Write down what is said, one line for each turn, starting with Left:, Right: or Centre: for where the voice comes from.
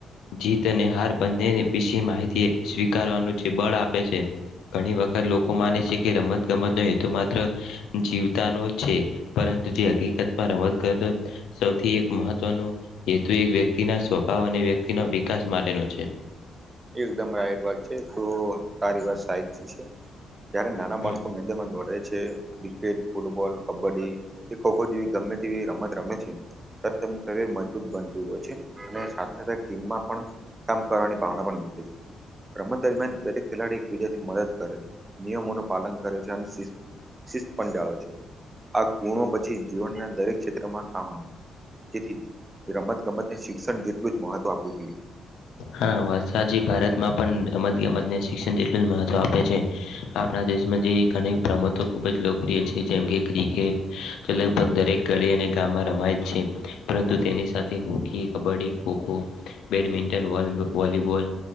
Left: જીત અને હાર બંને વિશે માહિતી સ્વીકારવાનું જે બળ આપે છે. ઘણી વખત લોકો માને છે કે રમત ગમત નો હેતુ માત્ર જીવતાનો છે, પરંતુ જે હકીકતમાં રમત કરતો સૌથી એક મહત્વનો હેતુ એક વ્યક્તિના સ્વભાવ અને વ્યક્તિનો વિકાસ માટેનો છે.
Right: એકદમ રાઈટ વાત છે તો તારી વાત સાચી છે. જ્યારે નાના
Left: હમ.
Right: બાળકો મેદાનમાં દોડે છે, ક્રિકેટ, ફૂટબોલ, કબડ્ડી, કે ખો ખો જેવી ગમે તેવી રમત રમે છે. તેમનું શરીર મજબૂત બનતું હોય છે અને સાથે સાથે ટીમમાં પણ કામ કરવાની ભાવના પણ છે. રમત દરમિયાન દરેક ખેલાડી એકબીજા થી મદદ કરે છે નિયમોનું પાલન કરે છે અને શિસ્ત પણ‌ જાળવે છે આ ગુણો પછી જીવનના દરેક ક્ષેત્રમાં કામ આવે. જેથી રમતગમતને શિક્ષણ જેટલું જ મહત્ત્વ આપવું જોઈએ.
Left: હા વરસાદી ભારતમાં પણ રમત ગમત ને શિક્ષણ જેટલું જ મહત્વ આપ છે આપણા દેશમાં જે ઘણી રમતો ખૂબ જ લોકપ્રિય છે જેમકે ક્રિકેટ લગભગ દરેક ગળી અને ગામમાં રમાય જ છે પરંતુ તેની સાથે hockey, kabaddi. Kho kho, badminton, <unintelligible> volleyball.